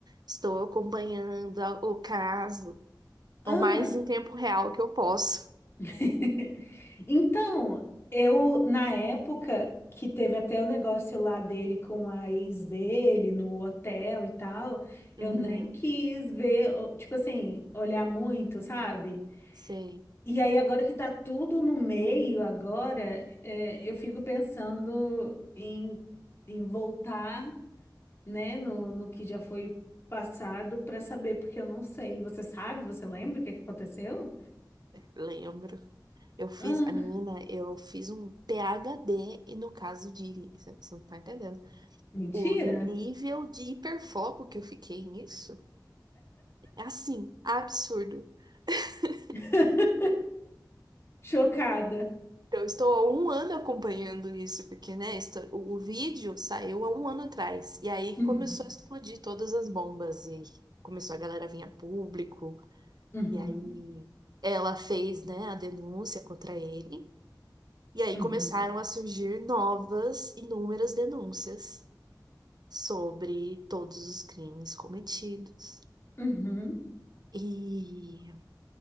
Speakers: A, on the right; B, on the left.
A: estou acompanhando a- o caso
B: Ah!
A: o mais em tempo real que eu posso.
B: <laughs> Então, eu, na época que teve até o negócio lá dele com a ex dele no hotel e tal, eu
A: Uhum,
B: nem quis ver, o- tipo assim, olhar muito, sabe?
A: sei,
B: E aí, agora que tá tudo no meio, agora, é, eu fico pensando em, em voltar, né, no, no que já foi passado para saber, porque eu não sei. Você sabe? Você lembra o que que aconteceu?
A: lembro. Eu fiz,
B: Ah,
A: a menina, eu fiz um PhD e no caso de, você você não tá entendendo,
B: mentira!
A: o nível de hiperfoco que eu fiquei nisso é assim, absurdo. <laughs>
B: <laughs> Chocada.
A: Eu estou há um ano acompanhando isso, porque, né, esto- o o vídeo saiu há um ano atrás. E aí
B: Uhum,
A: começou a explodir todas as bombas e começou a galera a vir a público.
B: uhum,
A: E aí ela fez, né, a denúncia contra ele. E aí
B: uhum,
A: começaram a surgir novas, inúmeras denúncias sobre todos os crimes cometidos.
B: uhum,
A: e